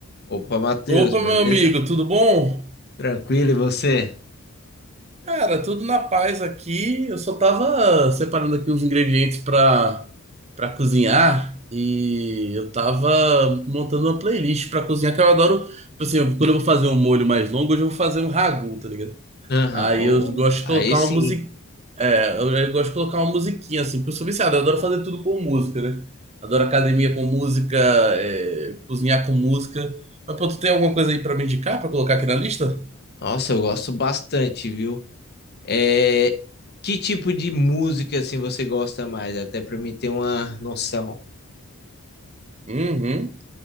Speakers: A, on the left; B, on the right.
A: Opa, Matheus,
B: Opa,
A: beleza?
B: meu amigo, tudo bom?
A: Tranquilo, e você?
B: Cara, tudo na paz aqui. Eu só tava separando aqui os ingredientes pra para cozinhar e eu tava montando uma playlist pra cozinhar que eu adoro. Tipo assim, quando eu vou fazer um molho mais longo, hoje eu vou fazer um ragu, tá ligado?
A: Aham,
B: Aí
A: ô,
B: eu gosto de
A: aí
B: colocar
A: sim.
B: uma musiquinha. É, eu eu gosto de colocar uma musiquinha assim, porque eu sou viciado, eu adoro fazer tudo com música, né? Adoro academia com música, é, cozinhar com música. Mas pô, tu tem alguma coisa aí pra me indicar pra colocar aqui na lista?
A: Nossa, eu gosto bastante, viu? É, que tipo de música assim você gosta mais? Até pra mim ter uma noção.
B: Uhum.